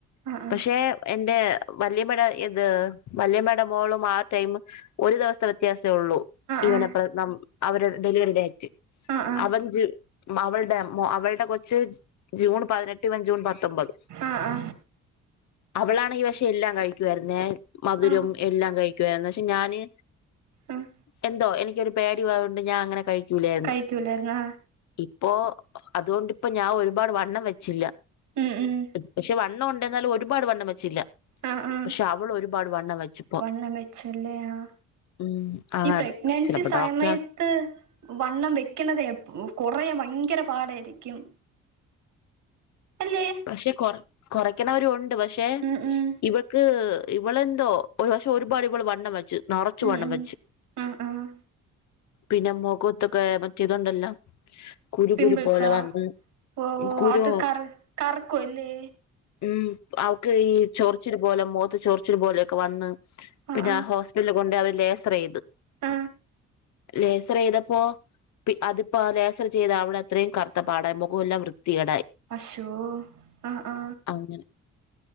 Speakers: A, on the right; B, on the left.
A: ആഹ് ആഹ് ആഹ് ആഹ്
B: പക്ഷെ എന്റെ വല്യമ്മേട ഇത് വല്യയമ്മേട മോളും ആ ടൈമ് ഒരു ദിവസത്തെ വ്യത്യാസെ ഒള്ളൂ ഇവനെ
A: ആഹ്
B: പ്രസ നം അവരുടെ ഡെലിവറി ഡേറ്റ്
A: ആഹ് ആഹ്
B: അവൻ ജു അവൾടെ അവൾടെ കൊച്ച് ജൂൺ പതിനെട്ട് ഇവൻ ജൂൺ പത്തൊമ്പത്
A: ആ ആ
B: അവളാണെ പഷെ എല്ലാം കഴിക്കുവായിര്ന്നേ മധുരൊം
A: ആഹ് ആഹ്
B: എല്ലാം കഴി ക്ക്യോന്നു വെച്ചാ ഞാന്
A: ആഹ്
B: എന്തോ എനിക്കൊരു പേടി വയൊണ്ട് ഞാനങ്ങനെ കഴിക്കൂലാന്നു
A: കഴിക്കൂലായിരുന്നോ
B: ഇപ്പൊ അതോണ്ടിപ്പോ ഞാൻ ഒരുപാട് വണ്ണം വെച്ചില്ല
A: ഉം ഉം
B: പക്ഷെ വണ്ണം ഉണ്ടെന്നാലും ഒരുപാട് വണ്ണം വെച്ചില്ല
A: ആഹ് ആഹ്
B: പക്ഷെ അവൾ ഒരുപാട് വണ്ണം വെച്ചു
A: വണ്ണം വെച്ചല്ലേ ആ
B: ഉം ആ
A: ഈ പ്രഗ്നൻസി
B: അത് ചിലപ്പോ
A: സമയ
B: ഡോക്ടർ
A: ത്ത് വണ്ണം വെക്കണതേ കൊറേ ഭയങ്കര പാടായിരിക്കും അല്ലേ
B: പക്ഷെ കൊർ കൊർക്ക്ണവരൊണ്ട് പക്ഷെ
A: ഉം ഉം
B: ഇവക്ക് ഇവളെന്തോ ഒരു പക്ഷേ ഒരുപാട് ഇവൾ വണ്ണം വെച്ച് നറച്ച്
A: ഉം
B: വണ്ണം
A: ഉം
B: വെച്ച്
A: ആഹ് ആഹ്
B: പിന്നെ മുഖത്തൊക്കെ മറ്റെ ഇതുണ്ടല്ലോ കുരു
A: പിമ്പിൾസാ
B: കുരു പോലെ വന്ന്
A: ഓ
B: കുരു
A: അത് കർ കർക്കും അല്ലേ
B: ഉം അവക്കീ ചൊറി ച്ചില് പോലെ മോത്ത് ചൊറിച്ചില് പോലെക്കെ വന്ന്
A: ആഹ്
B: പിന്നെ ഹോസ്പിറ്റലിൽ കൊണ്ടോയി അവര് ലേസറെയ്ത്
A: ആ
B: ലേസറെയ്തപ്പോ അതിപ്പോ ലേസറെയ്തവടത്രേം കറുത്തപാടായി മുഖല്ലാം വൃത്തികേടായി
A: അശോ ആ ആ
B: അങ്ങനെ